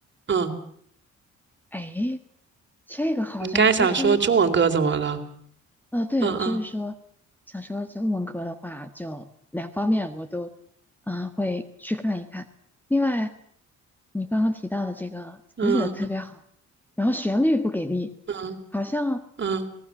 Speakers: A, on the right (about 40°); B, in the centre.
A: 嗯，
B: 哎，这个好像其实
A: 你刚才想说中文歌怎么了？
B: 呃，对，
A: 嗯
B: 我就是说，想说中文歌的话，就两方面我都，嗯、会去看一看。另外，你刚刚提到的这个词写的特别好，
A: 嗯嗯
B: 然后旋律不给力，
A: 嗯
B: 好像
A: 嗯